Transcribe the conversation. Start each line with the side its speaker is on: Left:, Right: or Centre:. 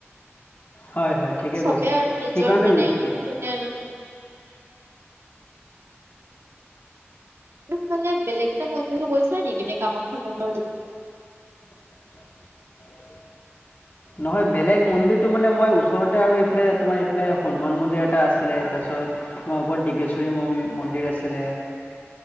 Left: হয় হয় ঠিকে
Right: চবে
Left: কৈছা
Right: আৰু নিজৰ
Left: সেইকাৰণে
Right: মানে
Left: বেছি
Right: কোনে আৰু ত ফালে বেলেগ এটা মন্দিৰৰো গৈছা নেকি নে কামাখ্যা বন্ধুৰ
Left: <inaudible> নহয় বেলেগ মন্দিৰটো মানে মই ওচৰতে আৰু ইফালে তোমাৰ এইফালে হনুমান মন্দিৰ, এটা আছিলে তাৰপিছত তোমাৰ ওপৰত ডিগেশ্বৰী মন্দিৰ আছে। ছিলে।